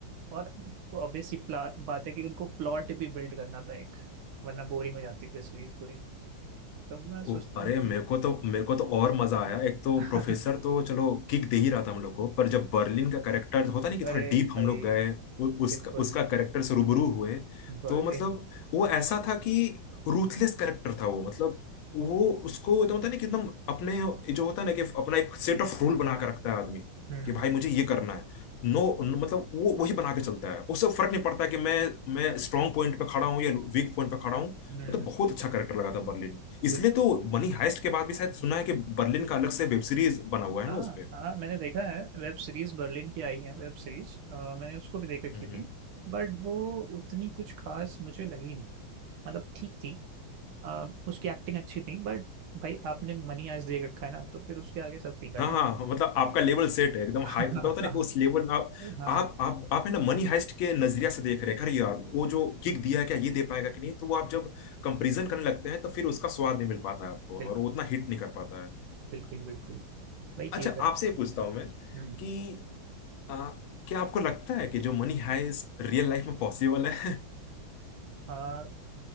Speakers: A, on the right; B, on the left.
A: और ऑब्वियस सी प्ला- बात है कि उनको प्लॉट भी बिल्ड करना था एक वरना बोरिंग हो जाती फिर सीरीज पूरी तो मैं सोचता
B: ओ, अरे
A: हूँ कि
B: मेरे को तो मेरे को तो और मजा आया एक तो
A: <laughs>
B: प्रोफेसर तो चलो किक दे ही रहा था हम लोग को पर जब बर्लिन का करेक्टर होता नहीं कि थोड़ा
A: अरे
B: डीप हम
A: भाई
B: लोग गए उ, उसका
A: बिल्कुल
B: उसका करेक्टर से रूबरू हुए
A: बर्लिन
B: तो मतलब वो ऐसा था कि रूथलेस करेक्टर था वो मतलब वो उसको एकदम होता है ना कि एकदम अपने जो होता है ना कि अपना एक सेट ऑफ रूल बना के रखता है आदमी
A: हम्म
B: कि भाई मुझे ये करना है नो मतलब वो वही बना के चलता है उससे फर्क नहीं पड़ता कि मैं मैं स्ट्रांग पॉइंट पे खड़ा हूँ या वीक पॉइंट पे खड़ा हूँ
A: हम्म
B: मतलब बहुत अच्छा करेक्टर लगा था बर्लिन इसलिए
A: बिल्कुल
B: तो मनी हाइस्ट के बाद भी शायद सुना है कि बर्लिन का अलग से वेब सीरीज बना हुआ है
A: हाँ
B: ना उसपे
A: हाँ मैंने देखा है वेब सीरीज बर्लिन की आई है वेब सीरीज मैंने उसको भी देख रखी
B: हम्म
A: थी बट वो उतनी कुछ खास मुझे लगी नहीं मतलब ठीक थी अ, उसकी एक्टिंग अच्छी थी बट भाई आपने मनी आज दे रखा है ना तो फिर उसके आगे सब फीका
B: हाँ
A: लगे
B: हाँ हाँ, मतलब आपका लेवल सेट है एकदम
A: <laughs>
B: हाई मतलब होता है ना कि उस लेवल में आप
A: हाँ
B: आप आप आप है ना मनी हाइस्ट के नजरिया से देख रहे हैं अरे यार वो जो किक दिया है क्या ये दे पाएगा कि नहीं तो वो आप जब कंपेरिजन करने लगते हैं तो फिर उसका स्वाद नहीं मिल पाता है आपको
A: बिल्कुल
B: और वो उतना हिट नहीं कर पाता है
A: बिल्कुल बिल्कुल वही
B: अच्छा
A: चीज है
B: आपसे ये पूछता हूँ मैं
A: हम्म
B: कि आ, क्या आपको लगता है कि जो मनी हाइस्ट रियल लाइफ में पॉसिबल है <laughs>
A: आ,